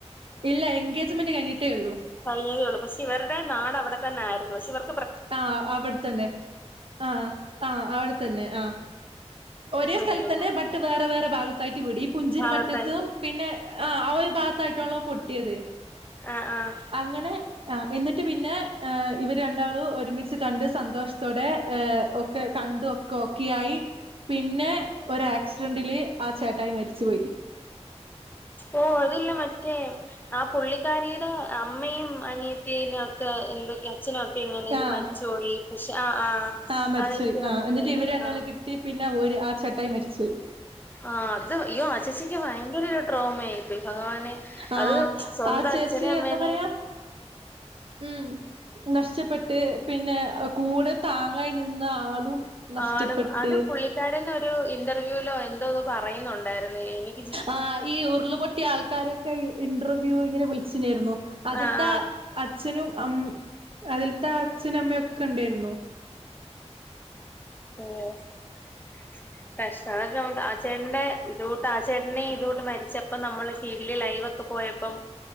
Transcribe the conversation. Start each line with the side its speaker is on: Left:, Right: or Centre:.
Right: ഇല്ല എൻഗേജ്മെന്റ് കഴിഞ്ഞിട്ടേ ഉള്ളൂ.
Left: കഴഞ്ഞതേ ഉള്ളൂ. പക്ഷെ ഇവരുടെ നാട് അവിടെ തന്നെ ആയിരുന്നു. പക്ഷെ ഇവർ
Right: ആഹ അവിടെത്തന്നെ, ആഹ ആഹ അവിടെ തന്നെ ആഹ. ഒരേ
Left: അയ്യോ
Right: സ്ഥലത്തന്നെ, ബ ട്ട് വേറെ വേറെ ഭാഗത്തായിട്ട് വീട്. ഈ പുഞ്ചിന്
Left: ഭാഗത്തായിട്ട്
Right: മറ്റത്തും, പിന്നെ ആ ആ ഒരു ഭാഗത്തായിട്ടാളോ പൊട്ടിയത്.
Left: ആ ആഹ.
Right: അങ്ങനെ, ആ എന്നിട്ട് പിന്നെ ഇവര് രണ്ടാളും, ഒരുമിച്ച് കണ്ട് സന്തോഷത്തോടെ ഒക്കെ കണ്ടു കോക്കെയായി പിന്നെ, ഒരാക്സിഡന്റില് ആ ചേട്ടായി മരിച്ചു പോയി.
Left: ഓ അതില്ലേ മറ്റേ, ആ പുള്ളിക്കാരിയുടെ അമ്മയും, അനിയത്തിനേം ഒക്കെ എന്തൊക്കെയ അച്ഛനൊക്കെ, ഇങ്ങനെ ഇത്
Right: ആഹ്
Left: മരിച്ചുപോയി. പക്ഷെ ആ ആഹ്.
Right: ആഹ് മരിച്ച്
Left: അതെനിക്ക്
Right: പോയി. ആ
Left: മനസ്സിലായി
Right: എന്നിട്ട് ഇവര് രണ്ടാള്
Left: ആഹ്
Right: കിട്ടി. പിന്നെ ഒര് ആ ചേട്ടായി മരിച്ചുപോയി.
Left: ആ അത് യ്യോ ആ ചേച്ചിക്ക് ഭയങ്കര ഒരു ട്രോമ ആയി പോയി. ഭഗവാനെ,
Right: ആഹ
Left: അത് സ്വന്തം
Right: ആ ചേച്ചി
Left: അച്ഛനേം അമ്മേനേം
Right: എന്താ പറയാ. ഉം നഷ്ടപ്പെട്ട് പിന്നെ കൂടെ താങ്ങായി നിന്ന ആളും, നഷ്ടപ്പെട്ട്
Left: ആളും അത് പുള്ളിക്കാരൻ ഒരു ഇന്റർവ്യൂലോ എന്തോന്ന് പറയുന്നുണ്ടായിരുന്നു. എനി
Right: ആ ഈ ഉരുള്പൊട്ടിയ ആൾക്കാരെ ക്കെ ഇന്റർവ്യൂ ഇങ്ങനെ വിളിചിനേയിരുന്നു. അതിൽത്ത
Left: ആ ആ
Right: അച്ഛനും അമ് അതിലത്ത അച്ഛനും അമ്മയൊക്കെ ഉണ്ടയിരുന്നു.
Left: <unintelligible> <unintelligible> ആ ചേട്ടനെ ഇതൊട്ട് ആ ചേട്ടനെ ഇതോട്ട് മരിച്ചപ്പോം നമ്മള് ടി വില് ലൈവ് ഒക്കെ പൊ വ് പോയപ്പം